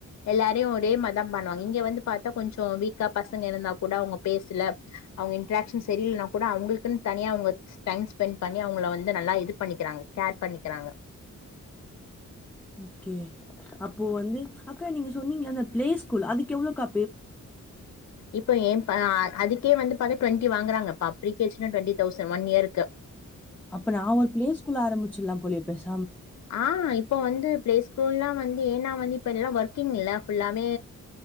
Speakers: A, on the left; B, in the centre.
A: எல்லாரையும் ஒரே மாதிரிதான் பண்ணுவாங்க இங்க வந்து பார்த்தா கொஞ்சம் வீக்கா பசங்க இருந்தா கூட அவங்க பேசல அவங்க இன்ட்ராகஷன் சரியிலனா கூட அவங்களுக்குன்னு தனியா அவங்க டைம் ஸ்பென் பண்ணி அவங்க வந்து நல்லா இது பண்ணிக்காங்க கேர் பண்ணிக்கிறாங்க
B: ஓகே அப்போ வந்து அக்கா நீங்க சொன்னீங்களா அந்த பிளே ஸ்கூல் அதுக்கு எவ்ளோ அக்கா
A: இப்ப ஏன் ப்பா அதுக்கே வந்து பாத்தா ட்வெண்டி வாங்கறாங்க பா பிரிகேச்ஜி னா ட்வெண்டி தௌசண்ட் ஒன் இயருக்கு
B: அப்ப நான் ஒரு பிளே ஸ்கூல் ஆரம்பிச்சிடலாம் போலியே பேஸ்
A: ஆஹ் இப்போ வந்து பிளே ஸ்கூல்லா வந்து ஏன்னா வந்து இப்ப எல்லாம் ஒர்கிங் இல்ல புல்லாவே